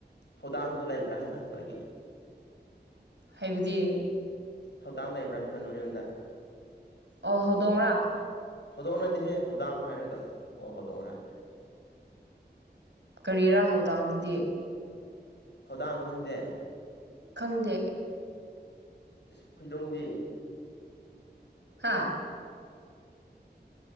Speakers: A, on the left; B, on the right.
A: ꯍꯧꯗꯥꯡꯗꯣ ꯂꯩꯕ꯭ꯔꯥ ꯍꯥꯏꯕ ꯅꯣꯏꯒꯤ
B: ꯍꯥꯏꯕꯗꯤ
A: ꯊꯧꯗꯥꯡ ꯂꯩꯕ꯭ꯔꯥ ꯍꯥꯏꯕꯅꯣ ꯌꯨꯝꯗ
B: ꯑꯣ ꯍꯧꯗꯣꯡꯔꯥ
A: ꯍꯧꯗꯣꯡꯑ ꯅꯠꯇꯦꯍꯦ ꯍꯧꯗꯥꯡ ꯍꯥꯏꯔꯒ ꯑꯣ ꯍꯧꯗꯣꯡꯑꯅ
B: ꯀꯔꯤꯔꯥ ꯍꯧꯗꯥꯡꯗꯦ
A: ꯊꯧꯗꯥꯡ ꯈꯪꯗꯦ
B: ꯈꯪꯗꯦ
A: ꯁ ꯍꯣꯏꯗꯣꯡꯗꯤ
B: ꯍꯥꯥ